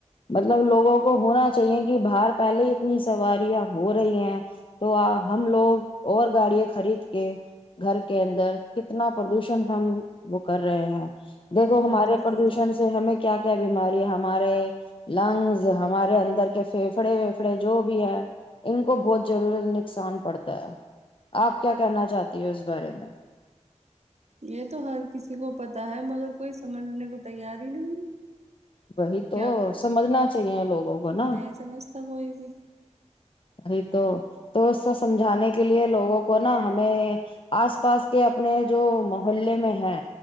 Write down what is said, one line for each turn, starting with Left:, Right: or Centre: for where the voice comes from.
Left: مطلب لوگوں کو ہونا چاہیے کہ باہر پہلے ہی اتنی سواریاں ہو رہی ہیں تو ہم لوگ اور گاڑیے خرید کے گھر کے اندر کتنا پردوشن ہم وہ کر رہے ہیں دیکھو
Right: بہت
Left: ہمارے
Right: ہی زیادہ
Left: پردوشن ہمیں کیا کیا بیماری ہے ہمارے لنگز ہمارے اندر کے فھیفڑے ویفڑے جو بھی ہے ان کو بہت ضرورت نقصان پڑتا ہے آپ کیا کہنا چاہتی ہو اس بارے میں
Right: یہ تو ہر کسی کو پتاہ ہے مگر کوئی سمجھنے کو تیار ہی نہیں ہے
Left: وہی تو
Right: کیا کرے
Left: سمجھنا چاہیے لوگوں کو نا
Right: نہیں سمجھتا کوئی بھی
Left: ای تو تو اسب سمجھانے کے لیے لوگوں کو نا ہمیں آس پاس کے اپنے جو محلے میں ہے